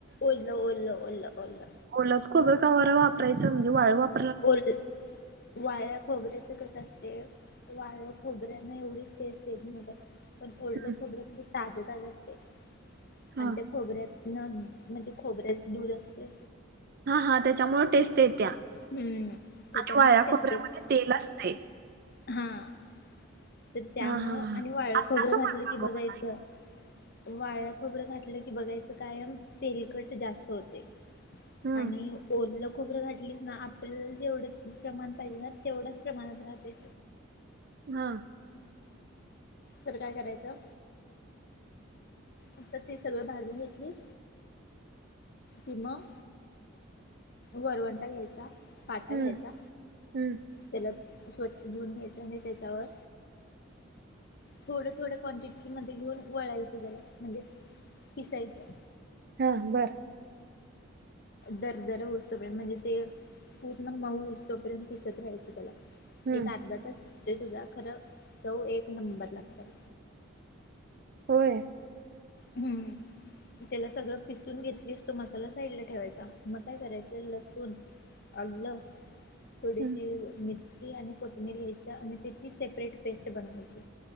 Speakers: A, on the left; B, on the right.
A: ओल ओल. ओल ओलं.
B: ओलच खोबरं का बरं वापरायचं म्हणजे वाळ वाप
A: ओलं, वाळल्या खोबऱ्याचं कसं असतय. वाळल्या खोबऱ्याना एवढी टेस्ट येत नाही त्याला. पण ओलं
B: हं,
A: खोबऱ्यामुळे ताजताज असतय.
B: हां
A: आणि त्या खोबऱ्यात न म्हणजे खोबऱ्याच दूध असतय.
B: हा हा त्याच्यामुळे टेस्ट येत्या. आणि
A: हम्म. त्याच्यामुळे
B: आणि वाळ्या
A: टेस्ट
B: खोबऱ्यामध्ये
A: येते
B: तेल असते.
A: हा. तर त्यामुळं
B: हां हां हां
A: आणि वाळ
B: आत्ता
A: खोबरं
B: समजलं
A: घातलं की
B: गं
A: बघायचं
B: मला.
A: वाळ्या खोबरं खातलं की बघायचं कायम तेलकट जास्त होते.
B: हं
A: आणि ओलं खोबरं घातलीस ना आपल्याला जेवढे प्रमाण पाहिजे ना तेवढंच प्रमाणात राहते.
B: हा.
A: तर काय करायचं, आता ते सगळं भाजून घेतलीस, की मग वरवंटा घ्यायचा पाटा
B: हं
A: घ्यायचा
B: हं
A: त्याला स्वच्छ धुून घ्यायचं आणि त्याच्यावर थोड थोड क्वांटिटी मध्ये घेऊन वळायचं त्याला, म्हणजे पिसायचं.
B: हा बरं.
A: दरदर होउस तोपर्यंत पर्यंत म्हणजे ते पूर्ण मऊ होऊस तोपर्यंत पिसत राहायची त्याला.
B: हं
A: एक अर्धा तास ते तुझा खरं चव एक नंबर लागत.
B: होय.
A: हम्म त्याला सगळं पिसून घेतलीस तो मसाला साईड ला ठेवायचा, मग काय करायचं लसूण, आलं थोडीशी
B: हं
A: मिर ची आणि कोथमीर घ्यायच आणि त्याची सेपरेट पेस्ट बनवायची.